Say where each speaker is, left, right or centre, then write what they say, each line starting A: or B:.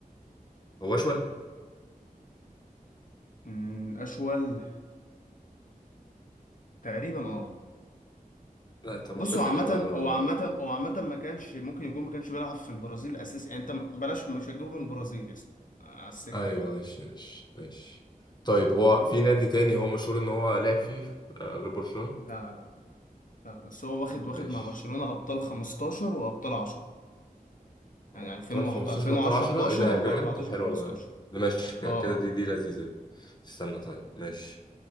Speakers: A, on the left; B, on the left.
A: هو اشول
B: أمم، اشول تقريبا اه
A: لا انت معتزل
B: بص هو عامة
A: الاجابه اللي انا
B: هو
A: بعملها
B: عامة
A: دي.
B: هو عامة ما كانش ممكن يكون ما كانش بيلعب في البرازيل اساسي يعني انت بلاش مش هتجيبه من البرازيل يا اسطى آه، على السكة
A: ايوه ماشي ماشي ماشي طيب هو
B: يعني
A: في نادي تاني هو مشهور ان هو لعب فيه آه غير برشلونة
B: لا لا لا لا بس هو واخد
A: ماشي
B: واخد مع برشلونة أبطال 15 وأبطال 10 يعني
A: ابطال
B: 2001
A: 15
B: 2010
A: وابطال 10
B: 11
A: ايه ده يا بجد
B: و14
A: طب حلو
B: 15
A: والله ده ماشي ك-
B: اه
A: كده دي دي لذيذة دي. استنى طيب ماشي